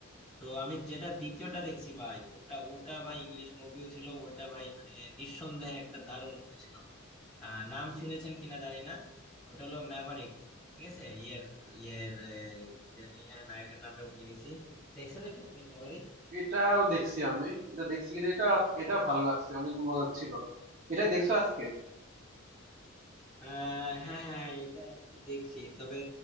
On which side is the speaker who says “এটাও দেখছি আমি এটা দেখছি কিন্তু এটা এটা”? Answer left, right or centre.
Right